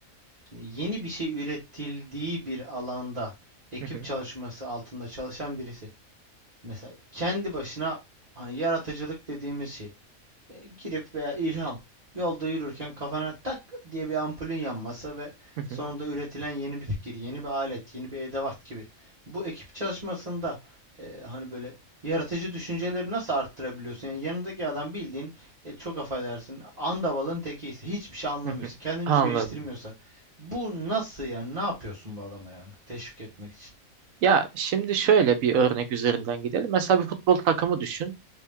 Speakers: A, on the right; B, on the right.
A: hani yeni bir şey üretildiği bir alanda ekip
B: Hı hı,
A: çalışması altında çalışan birisi mesela kendi başına hani yaratıcılık dediğimiz şey e, girip veya ilham yolda yürürken kafana tak diye bir ampulün yanması ve
B: hı hı,
A: sonunda üretilen yeni bir fikir, yeni bir alet, yeni bir edevat gibi. Bu ekip çalışmasında e, hani böyle yaratıcı düşünceleri nasıl arttırabiliyorsun? Yani yanındaki adam bildiğin e, çok affedersin andavalın tekiyse, hiçbir şey anlamıyorsa,
B: hı hı.
A: kendini
B: Anladım.
A: hiç geliştirmiyorsa bu nasıl yani? Ne yapıyorsun bu adama yani? Teşvik etmek için.
B: Ya şimdi şöyle bir örnek üzerinden gidelim. Mesela bir futbol takımı düşün.